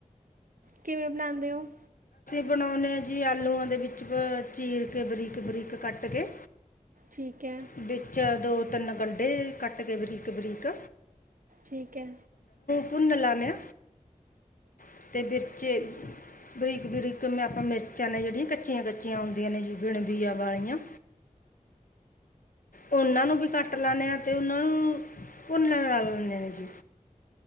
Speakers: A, on the right; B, on the left.
A: ਕਿਵੇਂ ਬਣਾਉਂਦੇ ਹੋ
B: ਬਣਾਉਦੇ ਆ ਜੀ ਆਲੂਆਂ ਦੇ ਵਿੱਚ ਚੀਰ ਕੇ ਬਰੀਕ ਬਰੀਕ ਕੱਟ ਕੇ
A: ਠੀਕ ਹੈ
B: ਵਿੱਚ ਦੋ ਤਿੰਨ ਗੰਢੇ ਕੱਟ ਕੇ ਬਰੀਕ ਬਰੀਕ
A: ਠੀਕ ਹੈ
B: ਪੁੁੰਨ ਲ ਨੇ ਅਤੇ ਮਿਰਚੇ
A: ਹ
B: ਬਰੀਕ ਬਰੀਕ ਆਪਾਂ ਮਿਰਚਾਂ ਨੇ ਜਿਹੜੀਆਂ ਕੱਚੀਆਂ ਕੱਚੀਆਂ ਆਉਂਦੀਆਂ ਨੇ ਜੀ ਬਿਣ ਬੀਆ ਵਾਲੀਆਂ ਉਹਨਾਂ ਨੂੰ ਵੀ ਕੱਟ ਲਾੇ ਆ ਤੇ ਉਹਨਾਂ ਨੂੰ ਭੁੰਨ ਲਾ ਲੈਂ ਨੇ ਜੀ